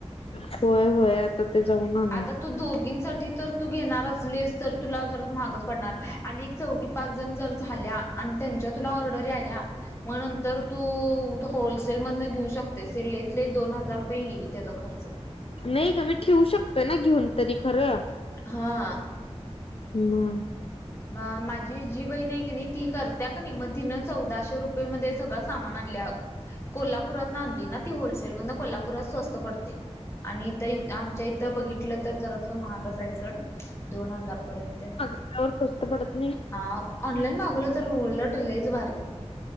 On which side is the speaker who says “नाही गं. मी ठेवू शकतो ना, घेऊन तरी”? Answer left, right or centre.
Left